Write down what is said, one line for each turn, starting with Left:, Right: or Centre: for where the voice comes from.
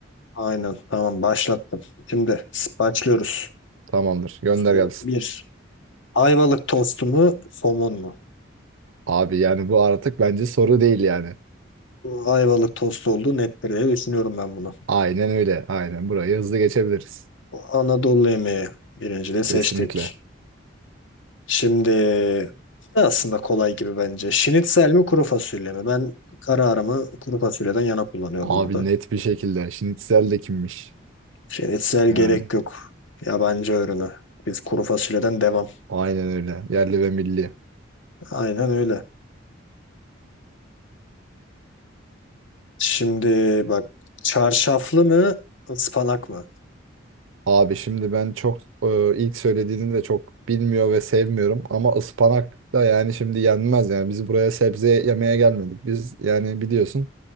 Left: aynen. Tamam başlattım. Şimdi s- başlıyoruz.
Right: Tamamdır. Gönder
Left: Soru
Right: gelsin.
Left: 1. Ayvalık tostu mu, somun mu?
Right: Abi yani bu artık bence soru değil yani.
Left: Ayvalık tost olduğu nettir diye düşünüyorum ben bunu.
Right: Aynen öyle. Aynen burayı hızlı geçebiliriz.
Left: Anadolu yemeği birinci de
Right: Kesinlikle.
Left: seçtik. Şimdi bu da aslında kolay gibi bence. Şinitsel mi kuru fasulye mi? Ben kararımı kuru fasulyeden yana kullanıyorum
Right: Abi
Left: burada.
Right: net bir şekilde. Şinitzel de kimmiş?
Left: Şinitsel
Right: Yani.
Left: gerek yok. Yabancı ürünü. Biz kuru fasulyeden devam.
Right: Aynen öyle. Yerli ve milli.
Left: Aynen öyle. Şimdi bak çarşaflı mı ıspanak mı?
Right: Abi şimdi ben çok e, ilk söylediğini de çok bilmiyor ve sevmiyorum ama ıspanak da yani şimdi yenmez yani. Biz buraya sebze yemeye gelmedik. Biz yani biliyorsun